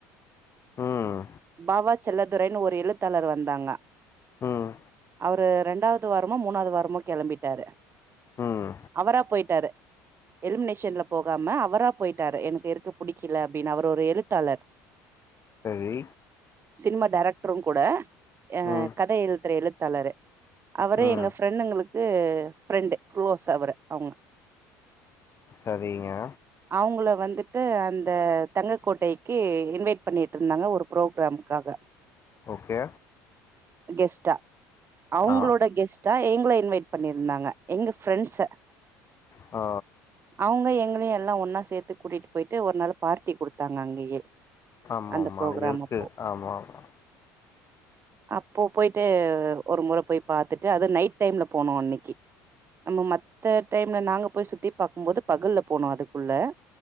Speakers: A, on the left; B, on the right.
A: ம்
B: பாவா செல்லதுரைனு ஒரு எழுத்தாளர் வந்தாங்க
A: ம்
B: அவரு ரெண்டாவ்து வாரமோ மூணாவ்து வாரமோ கெளம்பிட்டாரு
A: ம்
B: அவரா போய்ட்டாரு எலிமினேஷன்ல போகாம அவரா போய்ட்டாரு எனக்கு இருக்க புடிக்கல அப்டினு அவர் ஒரு எழுத்தாளர்
A: செரி
B: சினிமா டைரக்ட்ரு கூட அ
A: ம்
B: கத எழுதுற எழுத்தாளரு அவரு
A: ம்
B: எங்க ஃப்ரெண்டுங்களுக்கு ஃப்ரெண்டு க்ளோஸ் அவரு அவுங்க
A: சரிங்க
B: அவுங்கள வந்துட்டு அந்த தங்கக்கோட்டைக்கு இன்வைட் பண்ணீட்ருந்தாங்க ஒரு ப்ரோக்ராம்க்காக
A: ஓகே
B: கெஸ்ட்டா அவுங்களோட
A: ஆ
B: கெஸ்ட் டா எங்கள இன்வைட் பண்ணீர்ருந்தாங்க எங்க ஃப்ரெண்ட்ஸ
A: ஆ
B: அவுங்க எங்கள எல்லா ஒன்னா சேத்து கூட்டிட் போய்ட்டு ஒரு நாளு பார்ட்டி குடுத்தாங்க அங்கயே
A: ஆமாமா
B: அந்த ப்ரோக்ராம்
A: அங்க இருக்கு
B: அப்போ
A: ஆமாமா
B: அப்போ போய்ட்டு ஒரு முற போய் பாத்துட்டு அது நைட் டைம்ல போனோ அன்னைக்கி நம்ம மத்த டைம்ல நாங்க போய் சுத்தி பாக்கும் போது பகல்ல போனோ அதுக்குள்ள